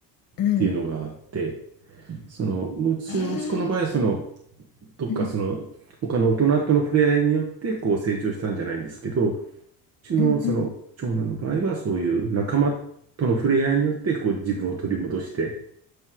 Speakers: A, on the left (about 55°); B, on the right (about 40°).
A: うん。
B: ていうのがあって、その、うちの息子の場合は、
A: へえ。
B: その、どっかその、
A: うん
B: 他の大人との触れ合いによって、こう成長したんじゃないんですけど、うちのその、
A: うんうん。
B: 長男の場合は、そういう仲間との触れ合いによって、こう自分を取り戻して